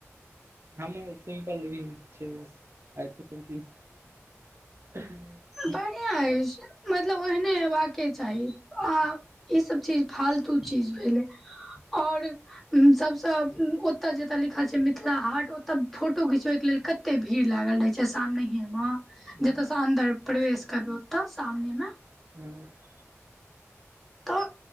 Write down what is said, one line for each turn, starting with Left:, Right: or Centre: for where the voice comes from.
Right: हमुंह सिम्पल रिंग छै आइ <unintelligible> <unintelligible>
Centre: बरिआँ अछि। मतलब ओहने हेबाके चाही आ इसभ चीज फालतू चीज भेलै। और सब सँ ओत जत लिखल छै मिथिला हाट ओत फोटो घिचबै के लेल कत एते भीड़ लागल रहे छै सामनेेहिए म,
Right: हँ
Centre: जतय स अन्दर प्रवेश करो ओतअ सामने मे।
Right: <unintelligible>
Centre: तऽ